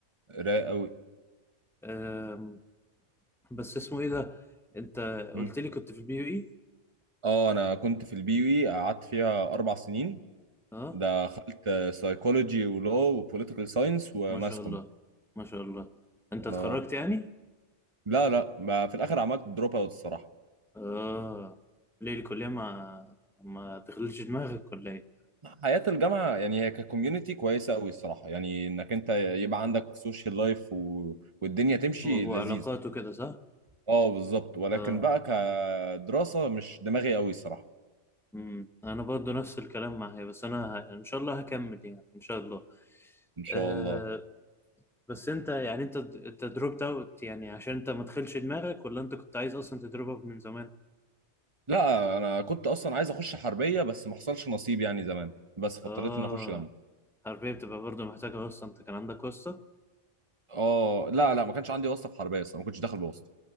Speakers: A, on the right; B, in the centre.
A: رايق قوي
B: آم، بس اسمه ايه ده؟ انت قلت
A: امم
B: لي كنت في البي يو اي؟
A: اه انا كنت في البي اي قعدت فيها اربع سنين
B: اه
A: دخلت سايكولوجي ولو وبوليتيكال ساينس وماسكوم
B: ما شاء الله ما شاء الله انت
A: اه
B: اتخرجت يعني؟
A: لا لا ما في الاخر عملت دروب اوت الصراحه
B: اه ليه الكلية ما ما تخليش دماغك ولا ايه؟
A: حياة الجامعة يعني هي ككوميونتي كويسة أوي الصراحة يعني إنك أنت يبقى عندك سوشيال لايف و... والدنيا تمشي
B: و-
A: لذيذ
B: وعلاقاته كده صح؟
A: أه بالظبط ولكن
B: اه
A: بقى كدراسة مش دماغي أوي الصراحة
B: امم انا برضو نفس الكلام معايا بس انا ه... ان شاء الله هكمل يعني ان شاء الله
A: ان شاء
B: آه
A: الله
B: بس انت يعني انت انت دروبت اوت يعني عشان انت ما تدخلش دماغك ولا انت كنت عايز اصلا تدروب اوت من زمان
A: لا انا كنت اصلا عايز اخش حربيه بس ما حصلش نصيب يعني زمان بس فاضطريت
B: اه
A: اني اخش جامعه
B: حربية بتبقى برضو محتاجة واسطة انت كان عندك واسطة
A: اه لا لا ما كانش عندي واسطه في حربيه اصلا ما كنتش داخل بواسطه